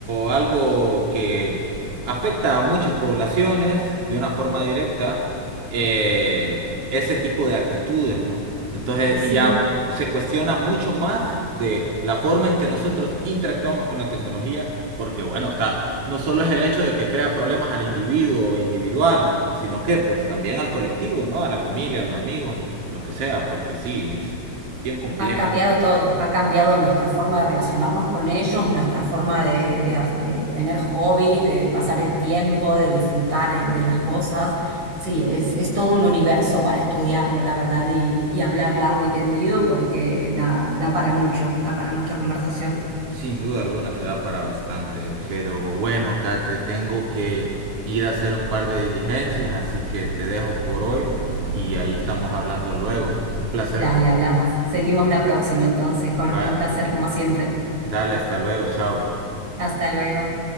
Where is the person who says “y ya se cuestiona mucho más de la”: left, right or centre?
Right